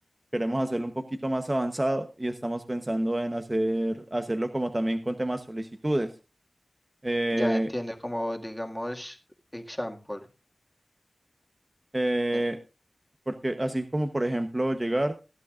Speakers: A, on the right; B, in the centre.
A: queremos hacerlo un poquito más avanzado y estamos pensando en hacer, hacerlo como también con temas solicitudes. Eh,
B: ya entiendo, como digamos, example,
A: eh,
B: em,
A: porque así como, por ejemplo, llegar